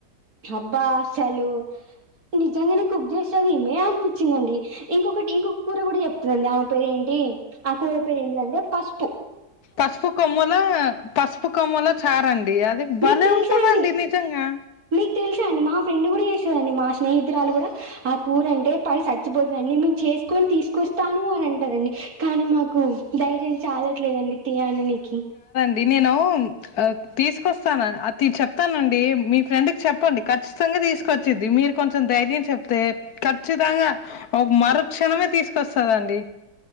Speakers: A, on the right; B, on the left.
A: అబ్బా అసలు నిజంగానే కుక్ చేస్తదీమే అనిపిస్ చ్చిందండి ఇంకొకటి ఇంకొక్ కూర కూడా చెప్తదండి ఆమె పేర ఏంటి ఆ కూర పేరు ఏంటిదంటే పస్పు
B: పస్పు కొమ్ములా పస్పు కొమ్ముల క్ చారన్ ది అదే బలే
A: మీకు తెలుసా
B: వుంటదండి
A: అండి
B: నిజంగా
A: మీకు తెలుసా అండి మా ఫ్రెండ్ గూడ చేస్తదండి మా స్నేహితురాలు కూడా ఆ కూర అంటే పడి చచ్చిపోతదండి నే మేమ్ చేస్కొన్ తీసుకొస్తాను అని అంటదండి. కానీ మాకు ధైర్యం చాలా ట్లేదండి తీ అనినికి
B: డి నేను అ తీసుకొస్తాను అ అతి చెప్తానండి మీ ఫ్రెండ్కి చెప్పండి ఖచ్చితంగా తీసుకొచ్చిద్ది మీరు కొంచెం ధైర్యం చెప్తే ఖచ్చితంగా ఒక్ మరు క్షణమే తీస్ తెస్తదండి.